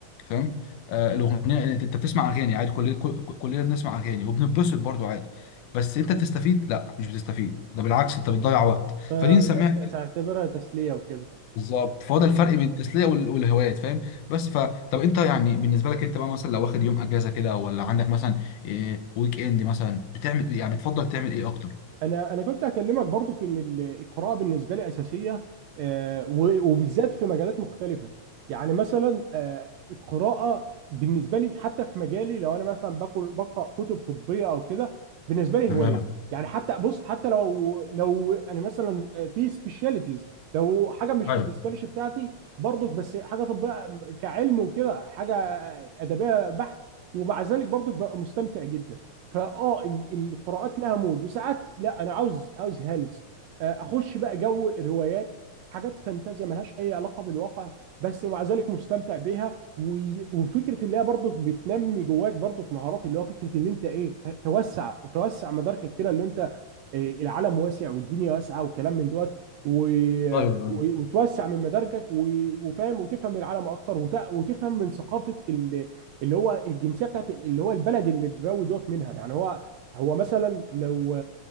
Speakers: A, on the left; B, on the right.
A: فاهم آه، الاغنيه انت أنت بتسمع اغاني عادي كلنا كل- كلنا بنسمع اغاني وبنتبسط برضو عادي بس انت بتستفيد لا مش بتستفيد ده بالعكس انت بتضيع وقت
B: فده
A: فدي نسميها
B: تعتبرها تسليه وكده
A: بالظبط فهو ده الفرق بين التسليه وال- والهوايات فاهم بس ف طب انت يعني بالنسبه لك انت بقى مثلا لو واخد يوم اجازه كده ولا عندك مثلا إيه ويك اند مثلا بتعمل إيه؟ يعني بتفضل تعمل ايه اكتر
B: انا انا كنت هكلمك برضو ان ال- القراءه بالنسبه لي اساسيه آه، و- وبالذات في مجالات مختلفه يعني مثلا آه، القراءه بالنسبه لي حتى في مجالي لو انا مثلا باكل بقرا كتب طبيه او كده بالنسبه لي
A: تمام
B: هوايه يعني حتى بص حتى لو لو انا مثلا آه، في سبيشاليتيز لو حاجه مش
A: ايوه
B: في السبيشاليتي بتاعتي برضك بس حاجه طبيه كعلم وكده حاجه آه، ادبيه بحت ومع ذلك برضك ببقى مستمتع جدا فاه ال- القراءات لها مود وساعات لا انا عاوز عاوز هلس آه، اخش بقى جو الروايات حاجات فانتازيا ملهاش اي علاقه بالواقع بس ومع ذلك مستمتع بيها و- وفكره اللي هي برضك بتنمي جواك برضك مهارات اللي هو فكره ان انت ايه ت- توسع توسع مداركك كده اللي انت آه، العالم واسع والدنيا واسعه وكلام من دوت و-
A: ايوه
B: و- وتوسع من مداركك و- وفاهم وتفهم العالم اكتر وت- وتفهم من ثقافه ال اللي هو الجنسيه بتاعت اللي هو البلد اللي الراوي دوت منها يعني هو هو مثلا لو